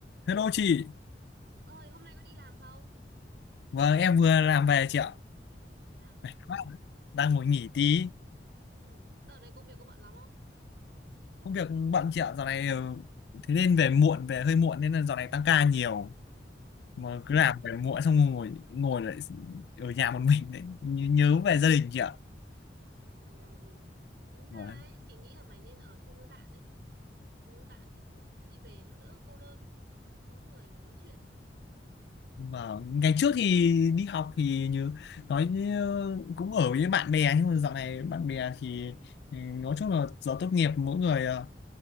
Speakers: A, on the left; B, on the right.
A: Hello chị,
B: ơi hôm nay có đi làm không
A: vâng em vừa làm về chị ạ.
B: thế à
A: Mệt quá, đang ngồi nghỉ tí.
B: ừ đợt này công việc có bận lắm không
A: Công việc bận chị ạ, dạo này ờ, thế nên về muộn, về hơi muộn nên là dạo này tăng ca nhiều.
B: thế
A: Mà
B: à
A: cứ làm về muộn xong ngồi ngồi lại ở nhà một mình đấy, nhớ, nhớ về gia đình chị ạ.
B: ở nhà một mình à? tính ra
A: Vâng.
B: ấy chị nghĩ là mày nên ở chung với bạn ấy ở chung với bạn thì kiểu khi về nó đỡ cô đơn có người mà nói chuyện
A: Mà ngày trước thì đi học thì như nói như cũng ở với bạn bè nhưng mà dạo này bạn bè thì, thì nói chung là giờ tốt nghiệp mỗi người ờ,